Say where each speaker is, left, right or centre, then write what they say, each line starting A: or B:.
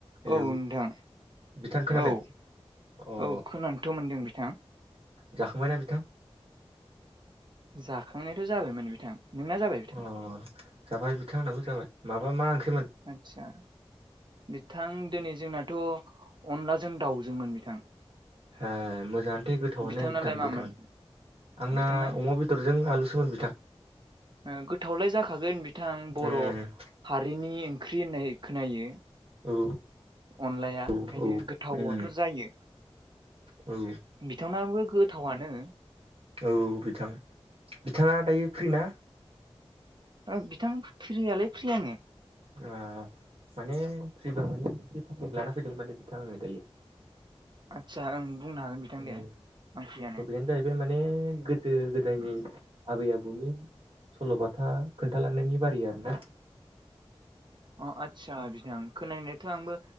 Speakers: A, on the right; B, on the right.
A: हेलौ
B: औ नोंथां
A: बिथां खोनादों
B: औ
A: अ ओ
B: औ खोनानोथ' मोनदों बिथां
A: जाखांबायना बिथां
B: जाखांनायाथ' जाबायमोन बिथां नोंना जाबाय बिथां
A: अ जाबाय बिथां आंनाबो जाबाय माबा मा ओंख्रै
B: आतसा बिथां दिनै जोंनाथ' अनलाजों दाउजोंमोन बिथां।
A: ओ मोजाङानोथे गोथावनो
B: बिथांनालाय मामोन
A: गोथावनो आंना
B: बिथांना
A: अमा बेदरजों आलु सोमोन बिथां
B: ओ गोथावलाय जाखागोन बिथां बर'
A: उम
B: हारिनि ओंख्रि होननाय खोनायो।
A: औ
B: अनलाया
A: औ
B: ओंखायनो
A: औ
B: गोथावआथ'
A: उम
B: जायो
A: औ
B: बिथांनाबो गोथावानो
A: औ बिथां बिथाङा दायो फ्रि ना
B: ओ बिथां फ्रियालाय फ्रि आङो
A: अ माने फैबा माने मोनसे थटपिक लाना फैदों माने बिथाङा होनो दायो
B: आदसा ओ बुंनो हागोन बिथां
A: उम
B: दे आं फ्रियानो।
A: टपिकआनो जाहैबाय माने गोदो-गोदायनि
B: उम
A: आबै-आबौ नि सल'बाथा खोन्थालांनायनि बारै आरो ना
B: अ आदसा बिदिं खोनानायाथ' आंबो